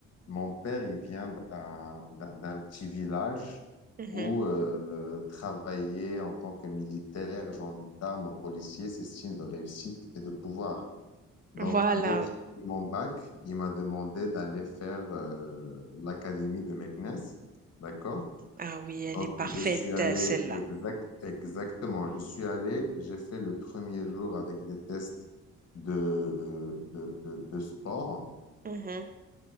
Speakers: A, on the left; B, on the right.
A: Mon père, il vient d'un d'un- d'un petit village
B: mhm.
A: où euh, travailler en tant que militaire, gendarme ou policier, c'est signe de réussite et de pouvoir. Donc,
B: Voilà.
A: dès que j'ai eu mon bac, il m'a demandé d'aller faire euh, l'académie de Meknès. D'accord?
B: Ah oui, elle
A: Donc,
B: est parfaite,
A: je suis allé
B: euh, celle-là.
A: exact, exactement. Je suis allé, j'ai fait le premier jour avec des tests de, de, de de sport.
B: Mhm.